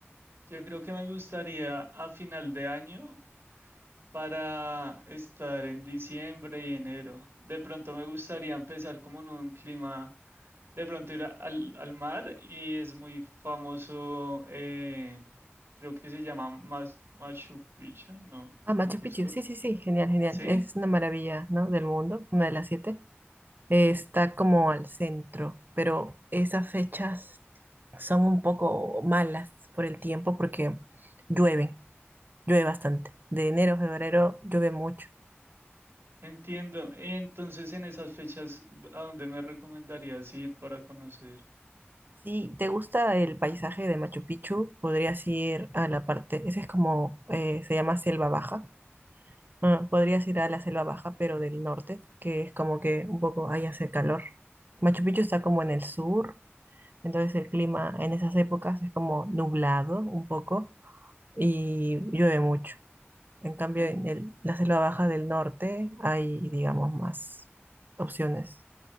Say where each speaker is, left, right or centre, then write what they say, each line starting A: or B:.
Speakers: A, on the right; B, on the right.
A: Yo creo que me gustaría a final de año para estar en diciembre y enero. De pronto me gustaría empezar como en un clima de pronto ir a- al, al mar y es muy famoso, eh, creo que se llama Mas- Machu Picchu, ¿no?
B: Ah, Machu
A: O Cusco.
B: Picchu. Sí, sí, sí. Genial, genial.
A: Sí,
B: Es una maravilla, ¿no? del mundo, una de las siete. eh, está como al centro, pero esas fechas son un poco malas por el tiempo porque llueven, llueve bastante. De enero a febrero llueve mucho.
A: entiendo. Y entonces en esas fechas, ¿a dónde me recomendarías ir para conocer?
B: Si te gusta el paisaje de Machu Picchu, podrías ir a la parte, ese es como, eh, se llama Selva Baja. Ah, podrías ir a la Selva Baja, pero del norte, que es como que un poco ahí hace calor. Machu Picchu está como en el sur, entonces el clima en esas épocas es como nublado un poco y llueve mucho. En cambio,
A: En-
B: en el- la selva baja del norte hay, digamos, más opciones.